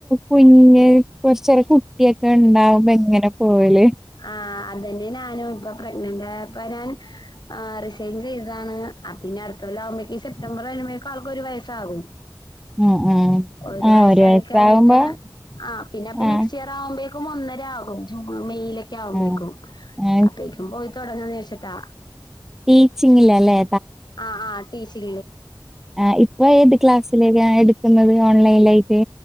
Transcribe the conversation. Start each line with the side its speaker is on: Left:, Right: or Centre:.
Centre: കുഞ്ഞു കുറച്ചൊരു കുട്ടിയൊക്കെ ഉണ്ടാവുമ്പോ എങ്ങനെ പോകല്
Left: ആഹ് അതന്നെ ഞാനും ഇപ്പൊ പ്രഗ്നന്റ് ആയപ്പോ ഞാൻ ആഹ് റിസൈൻ ചെയ്തതാണ് അ പിന്നെ അടുത്തോല്ലം ആകുമ്പോ ഈ സെ്റ്റംബർ വരുമ്പോഴേക്കും ആക്ക് ഒരു വയസ്സാകും
Centre: ആഹ് ആഹ്
Left: ഒരു
Centre: ആഹ്
Left: വയസായി
Centre: വയസാവുമ്പോ
Left: കഴിഞ്ഞിട്ട് ആ പിന്നെ അപ്പൊ
Centre: ആഹ്
Left: നെക്സ്റ്റ് ഇയർ ആവുമ്പ ഒന്നരാകും ജൂൺ മെയ് ആവുമ്പക്കും
Centre: ആഹ് ആഹ്
Left: അപ്പേക്കും പോയി തുടങ്ങാ താ
Centre: ടീച്ചിങ്ങില്ലല്ലേ
Left: ആ ആ ടീസി
Centre: ആ ഇപ്പൊ ഏത് ക്ലാസ്സിലേക്ക എടുക്കുന്നത് ഓൺലൈനായിട്ട്